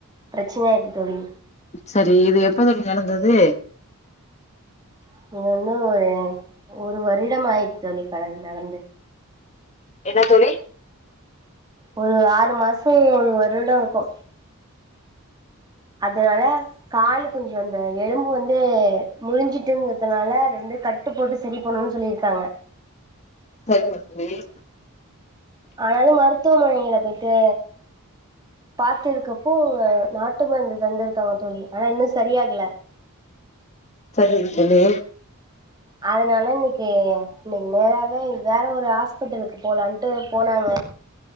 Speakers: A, on the right (about 20°); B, on the left (about 30°).
A: ப்ரச்சன ஆயிட்டு தோழி
B: சரி இது எப்பலருந்து நடந்தது
A: இது வந்து ஒரு ஒரு வருடம் ஆயிடுச்சு தோழி கடன் நடந்து
B: என்ன தோழி
A: ஒரு ஆறு மாசோ ஒரு வருடோருக்கு அதுனால காலு கொஞ்சோ அந்த எலும்பு வந் து முறிஞ்சிட்டுங்கிறதுனால அத வந்து கட்டு போட்டு செரி பண்ணணு சொல்லிருக்காங்க
B: செரிங்க தோழி
A: ஆனாலு மருத்துவமனையில பொயிட்டு பாத்துருக்கப்போ நாட் டு மருந்து தந்துருக்காங்க தோழி ஆனா இன்னு சரியாகல
B: சரிங்க தோழி
A: அதுனால இன்னைக்கி இன்னைக்கி நேராவே வேற ஒரு ஹாஸ்பிட்டலுக்கு போலான்ட்டு போனாங்க